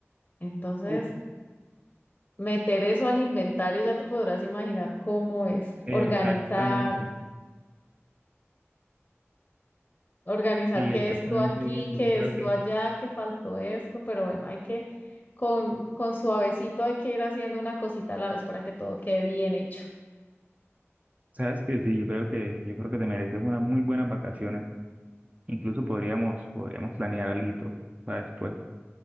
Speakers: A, on the left; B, on the right.
A: Entonces,
B: Uf,
A: meter eso al inventario ya te podrás imaginar cómo es.
B: Exactamente,
A: Organizar, organizar
B: sí,
A: que
B: exactamente
A: esto aquí,
B: eso.
A: que
B: Yo creo
A: esto
B: que,
A: allá, que faltó esto, pero bueno, hay que, con, con suavecito hay que ir haciendo una cosita a la vez para que todo quede bien hecho.
B: sabes que sí, yo creo que, yo creo que te mereces unas muy buenas vacaciones. Incluso podríamos, podríamos planear algo para después.